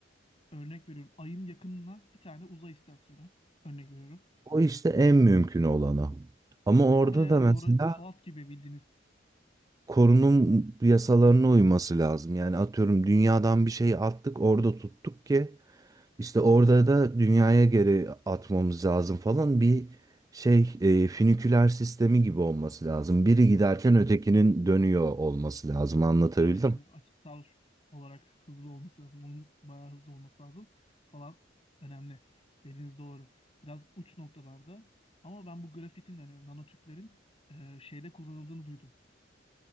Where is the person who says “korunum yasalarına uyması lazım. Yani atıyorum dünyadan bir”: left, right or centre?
Right